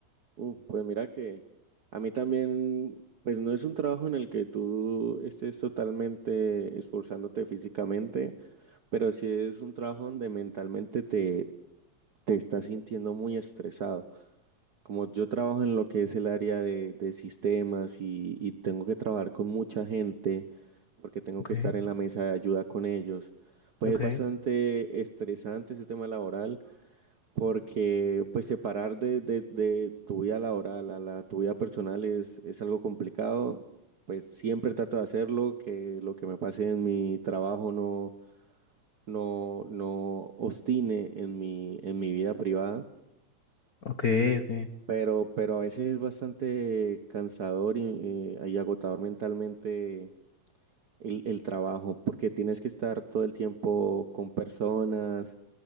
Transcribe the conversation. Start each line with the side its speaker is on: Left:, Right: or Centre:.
Right: Uh, pues mira que a mí también, pues no es un trabajo en el que tú estés totalmente esforzándote físicamente, pero sí es un trabajo donde mentalmente te, te estás sintiendo muy estresado. Como yo trabajo en lo que es el área de, de sistemas y, y tengo que trabajar con mucha gente porque tengo
Left: Ok,
Right: que estar en la mesa de ayuda con ellos, pues
Left: ok.
Right: es bastante estresante ese tema laboral porque pues separar de, de- de tu vida laboral a la, tu vida personal es, es algo complicado. Pues siempre trato de hacerlo, que lo que me pase en mi trabajo no, no, no obstine en mi, en mi vida privada.
Left: Ok, ok,
Right: Pero, pero a veces es bastante cansador y, eh, y agotador mentalmente el, el trabajo, porque tienes que estar todo el tiempo con personas,